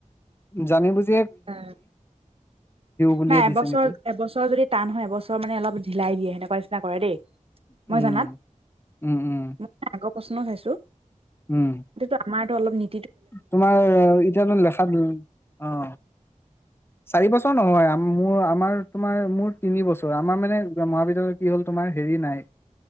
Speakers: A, on the left (about 20°); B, on the right (about 45°).
A: জানি বুজি
B: অ
A: বুলিয়ে
B: নাই
A: দিছে
B: এবছৰ
A: নেকি
B: এবছৰ যদি টান হয় এবছৰ মানে অলপ ঢিলাই দিয়ে সেনেকুৱা চনা কৰা দেই মই
A: উম,
B: জানাত
A: উম, উম,
B: ম আগ প্ৰশ্ন খাইছোঁ
A: উম,
B: সেইটো আমাৰ অলপ নি
A: তোমাৰ এতিয়া লেখাত অ চাৰি বছৰ নহয় মোৰ আমাৰ তোমাৰ মোৰ তিনি বছৰ আমাৰ মানে মহাবিদ্যালয় কি হ'ল তোমাৰ হেৰি নাই